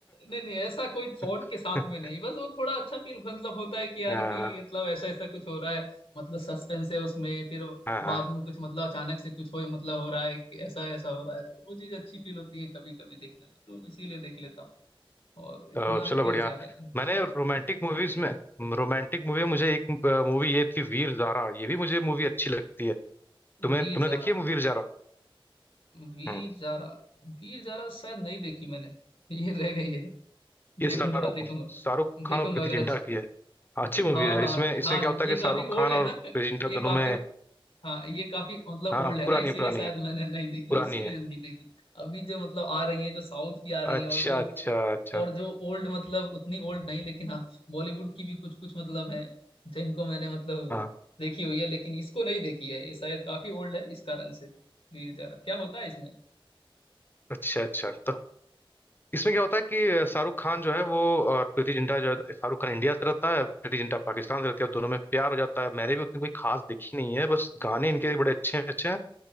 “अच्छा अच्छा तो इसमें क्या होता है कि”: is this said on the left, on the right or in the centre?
Left